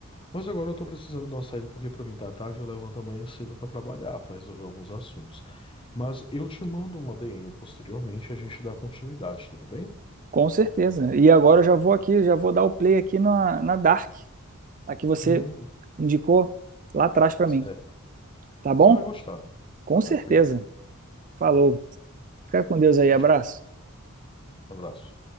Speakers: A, on the left; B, on the right.
A: Mas agora eu tô precisando dar uma saída porque pra mim tá tarde, eu levanto amanhã cedo pra trabalhar, pra resolver alguns assuntos. Mas eu te mando uma DM posteriormente e a gente dá continuidade, tudo bem?
B: Com certeza. E agora eu já vou aqui, já vou dar o play aqui na, na Dark, a que você
A: Hum,
B: indicou lá atrás pra mim,
A: é.
B: tá bom?
A: Você vai gostar.
B: Com certeza.
A: Tranquilo.
B: Falou. Fica com Deus aí,
A: Tchau,
B: abraço.
A: tchau. Abraço.